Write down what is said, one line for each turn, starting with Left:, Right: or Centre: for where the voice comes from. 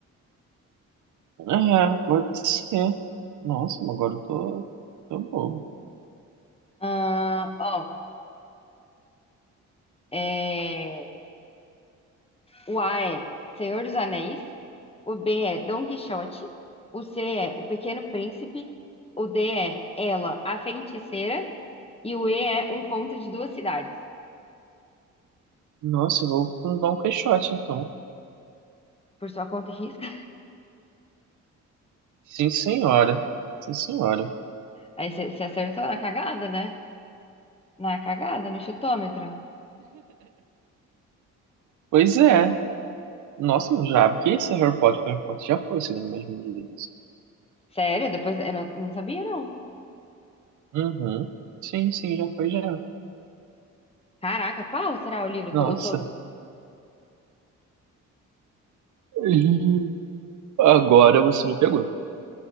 Right: ah, pode ser. Nossa, mas agora eu tô, tô bobo.
Left: Ah, ó, é, o A é Senhor dos Anéis, o B é Dom Quixote, o C é O Pequeno Príncipe, o D é Ela, a Feiticeira, e o E é Um Conto de Duas Cidades.
Right: Nossa, eu vou com Dom Quixote, então.
Left: Por sua conta e risco.
Right: Sim, senhora. Sim, senhora.
Left: <laughs> Aí você acertou na cagada, né? Na cagada, no chutômetro.
Right: Pois é. Nossa, não jurava que esse Harry Potter, Harry Potter já foi, segundo o mesmo dia.
Left: Sério? Depois eu não, não sabia, não.
Right: Uhum. Sim, sim, já foi já.
Left: Caraca, qual será o livro?
Right: Nossa.
Left: To- Ou todos?
Right: Ih, Agora você me pegou.